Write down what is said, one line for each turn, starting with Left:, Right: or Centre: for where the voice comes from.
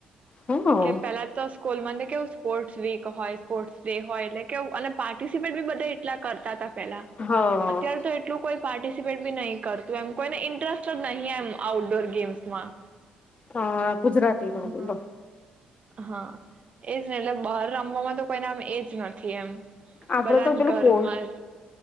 Left: હ
Right: કે પેલા તો સ્કૂલ માં કેવુ સ્પોર્ટસ વીક હોય સ્પોર્ટસ ડે હોય એટલે કેવુ અને પાર્ટિસિપેટ બી બધા એટલા કરતા હતા પેલા
Left: હા
Right: અત્યારે તો એટલું કોઈ પાર્ટિસિપેટ બી નહી કરતું એમ કોઈને ઇન્ટરેસ્ટ જ નહીં એમ આઉટડોર ગેમ્સમાં.
Left: હા ગુજરાતી નંધલો.
Right: હા હા એજ ને એટલે બહાર રમવામાં તો કોઈને આમ એજ નથી એમ.
Left: આપડે
Right: બધાને
Left: તો પેલું
Right: ઘરમાં
Left: કો
Right: જ